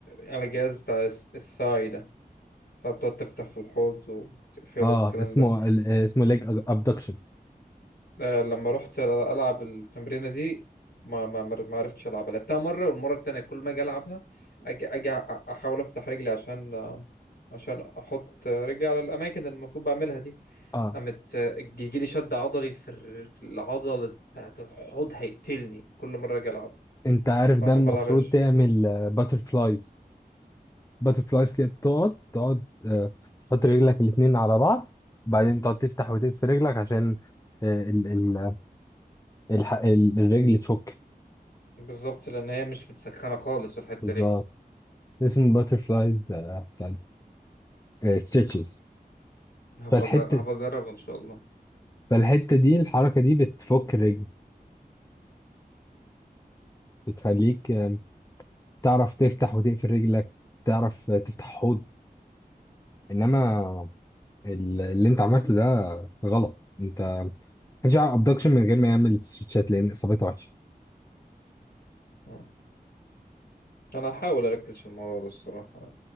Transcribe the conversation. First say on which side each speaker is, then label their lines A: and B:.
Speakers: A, on the left; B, on the left.
A: على الجهاز بتاع الس- الثاي ده فبتقعد تفتح في الحوض وتقفله
B: اه
A: والكلام
B: اسمه
A: ده
B: ال... آه، اسمه ليج ابدكشن
A: آه، لما رحت العب التمرينه دي ما ما ما ما عرفتش العبها لعبتها مره والمره التانيه كل ما اجي العبها اجي اجي أ- احاول افتح رجلي عشان آه، عشان احط رجلي على الاماكن اللي المفروض بعملها دي
B: اه
A: قامت يجي لي شد عضلي في الر- في العضله بتاعت الحوض هيقتلني كل مره اجي العب
B: انت عارف
A: فما
B: ده المفروض
A: بلعبهاش
B: تعمل باتر فلايز باتر فلايز كده بتقعد تقعد آه، تحط رجلك الاتنين على بعض بعدين تقعد تفتح وتقفل رجلك عشان آه، ال... ال... الح... ال- الرجل تفك
A: بالظبط لان هي مش متسخنه خالص الحته
B: بالظبط
A: دي
B: اسمه باترفلايز بتاع ستريتشز
A: هبقى
B: فالحته
A: أجر- هبقى اجرب ان شاء الله
B: فالحته دي الحركه دي بتفك الرجل بتخليك آه، تعرف تفتح وتقفل رجلك تعرف آه، تفتح حوض انما
A: مم.
B: ال- اللي انت عملته ده غلط انت مش ابدكشن من غير ما يعمل ستريتشات لان اصابتها وحشه
A: مم. انا هحاول اركز في الموضوع ده الصراحه